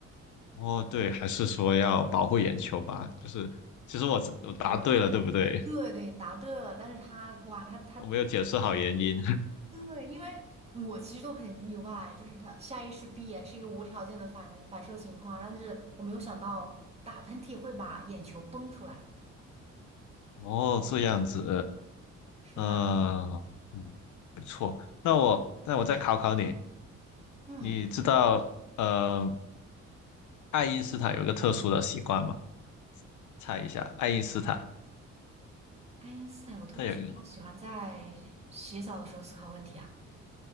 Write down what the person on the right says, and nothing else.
对，
对对，你答对了，但是他哇，他他
对，因为我其实都很意外，就是他下意识闭眼是一个无条件的反反射情况，但是我没有想到打喷嚏会把眼球崩出来，
是吧？
嗯，
爱因斯坦有个特殊情况，
他喜欢在洗澡的时候思考问题啊。